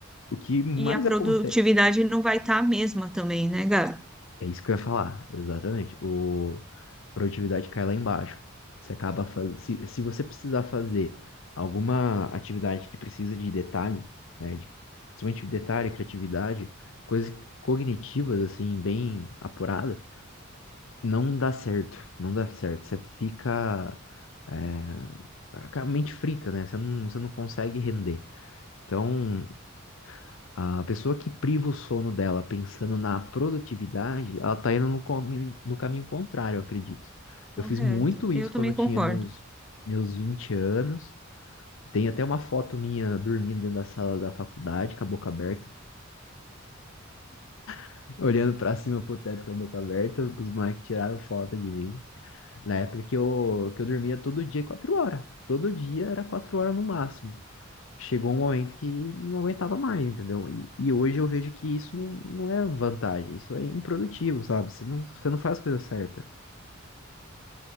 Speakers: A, on the left (about 70°); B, in the centre.
A: o que mais
B: E a produtividade
A: acontece
B: não vai estar a mesma também, né, Gabi?
A: É isso que eu ia falar, exatamente. O, a produtividade cai lá embaixo. Você acaba faz... se, se você precisar fazer alguma atividade que precisa de detalhe, né, de, principalmente detalhe, criatividade, coisas cognitivas, assim, bem apurada, não dá certo, não dá certo. Você fica é, com a mente frita, né? Você não, você não consegue render. Então, a pessoa que priva o sono dela pensando na produtividade, ela tá indo no, comi- no caminho contrário, eu acredito.
B: Correto.
A: Eu fiz muito isso
B: Eu também
A: quando eu tinha
B: concordo.
A: meus, meus 20 anos. Tem até uma foto minha dormindo dentro da sala da faculdade, com a boca aberta, <laughs> olhando pra cima pro teto com a boca aberta. Os moleques tiraram foto de mim. Na época que eu, que eu dormia todo dia, quatro horas. Todo dia era quatro horas no máximo. chegou um momento que não aguentava mais, entendeu? E, e hoje eu vejo que isso não, não é vantagem, isso é improdutivo, sabe? Você não, você não faz a coisa certa.